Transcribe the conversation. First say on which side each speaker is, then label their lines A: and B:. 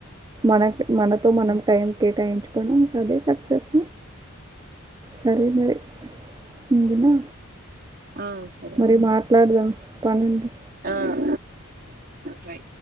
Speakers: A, on the right; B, on the right.
A: మన మనతో మనం టైం కేటాయించుకో కోవడం అదే సక్సెస్ సరే మరి ఉండనా
B: ఆ సరే
A: మరి మాట్లాడదాం పనుంది
B: ఆ ఆ బై